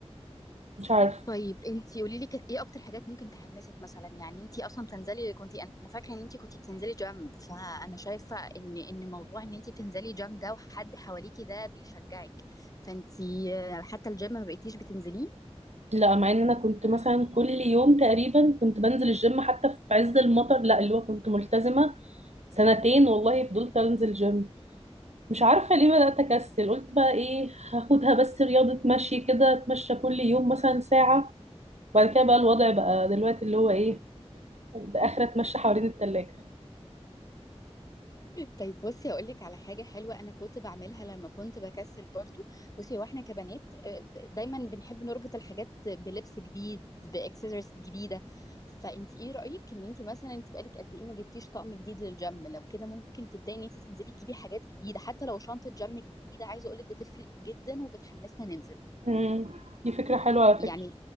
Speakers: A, on the right; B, on the left.
A: مش عارفة
B: طيب انت قولي لي كانت ايه اكتر حاجات ممكن تحمسك مثلا يعني انت اصلا بتنزلي كنت انا فاكره ان انت كنت بتنزلي جيم فانا شايفه ان ان موضوع ان انت بتنزلي جيم ده وحد حواليكي ده بيشجعك فانت آه، حتى الجيم ما بقيتيش بتنزليه
A: لا مع إن أنا كنت مثلا كل يوم تقريبا كنت بنزل الجيم حتى في عز المطر لا اللي هو كنت ملتزمة سنتين والله فضلت أنزل جيم مش عارفة ليه بدأت أكسل قلت بقى إيه هاخدها بس رياضة مشي كده أتمشى كل يوم مثلا ساعة بعد كده بقى الوضع بقى دلوقتي اللي هو إيه بآخر أتمشى حوالين التلاجة
B: طيب بصي هقول لك على حاجه حلوه انا كنت بعملها لما كنت بكسل برضو بصي هو احنا كبنات آه، ب- دايما بنحب نربط الحاجات بلبس جديد باكسسوارز جديده فانت ايه رايك ان انت مثلا انت بقالك قد ايه ما جبتيش طقم جديد للجيم لو كده ممكن تبداي ان انت تنزلي تجيبي حاجات جديده حتى لو شنطه جيم جديده عايزه اقول لك بتفرق جدا وبتحمسنا ننزل
A: مم. دي فكرة حلوة على
B: يعني
A: فكرة